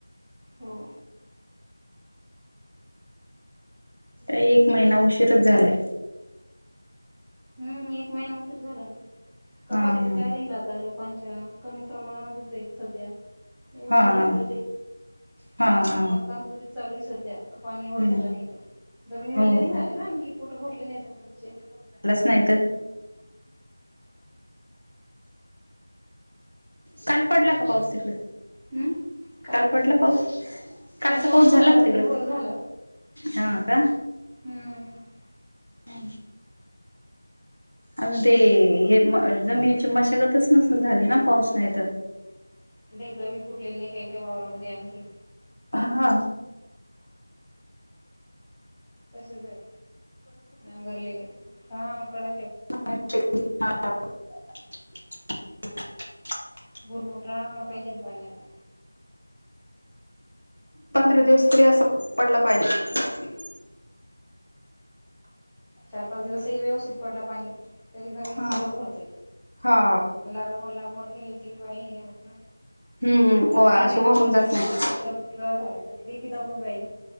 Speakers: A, in the centre; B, on the left.
A: हो
B: एक महिना उशीरच झालाय
A: हम् एक महिना उशीर झाला ना कपाश
B: हा हा
A: बी काय राहिल आता लोकांच्या कमी प्रमाणामध्ये जाईेत सध्या ऊस
B: हा
A: लावलेले
B: हा हा हा
A: मक्कान तुरीत चालू आहे सध्या पाणी
B: हम्म
A: एवढं झालं नाही तर जमिनीवाल्या
B: हो
A: नाही
B: हो
A: झालं ना आणखी पोट भरले नाही जमनीचे
B: नाहीत काल पडला का पाऊस तकडे
A: हम्म काय
B: कालपटलं पाऊ
A: काल
B: कालचा
A: चांगलं
B: पाऊस
A: झालं
B: झाला का
A: रात्रभर
B: तिकड
A: झालं
B: हा का
A: हम्म
B: ह अजून ते हे जमिनीची मशागतच नसल झाली ना पाऊस नाही तर
A: <inaudible> जमीन क्रवी फुटलेले नाही काही काही वावरामध्ये आणखी
B: हा
A: तसेच आहे नांगरलेले का कड
B: हा
A: बुरमुुठ राहना पाहिज ना पाणी आता
B: पंधरा दिवस तरी असं
A: हम्म.
B: पडलं पाहिजे
A: चार पाच दिवसही व्यवस्थित पडला पाणी तरी जमिनीचं
B: हा
A: पोट भरतंय
B: हा
A: लागवड लागवड. घती बी बाई नाही उतणार.
B: हम्म
A: आता
B: वा
A: काही नाही
B: अशी
A: लागवड
B: वाहून
A: केली
B: जात
A: नंतर
B: नाही
A: पाणी जर दु झालं त बीबी दगून जाईल.